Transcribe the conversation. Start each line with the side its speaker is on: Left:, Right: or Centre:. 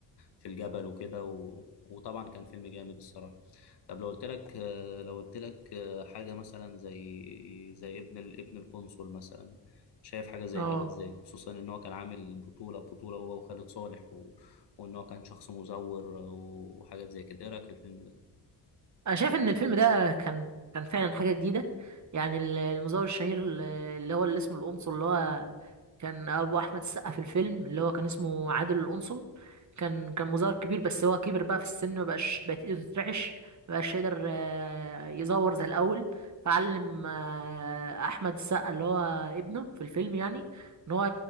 Left: في الجبل وكده وطبعا كان فيلم جامد الصراحه طب لو قلت لك آه، لو قلت لك آه، حاجه مثلا زي زي ابن ال- ابن القنصل مثلا شايف حاجه زي
Right: اه
Left: كده ازاي خصوصا ان هو كان عامل بطوله بطوله هو وخالد صالح و... وان هو كان شخص مزور آه، وحاجات زي كده ايه رايك في الفيلم ده
Right: انا شايف ان الفيلم ده كان كان فعلا حاجه جديده يعني ال- المزور الشهير ال- اللي هو اللي اسمه القنصل اللي هو كان ابو احمد السقا في الفيلم اللي هو كان اسمه عادل القنصل كان كان مظهر كبير بس هو كبر بقى في السن مبقاش بقت ايده تترعش مبقاش يقدر آه، يزور زي الاول فعلم آه، احمد السقا اللي هو ابنه في الفيلم يعني ان هو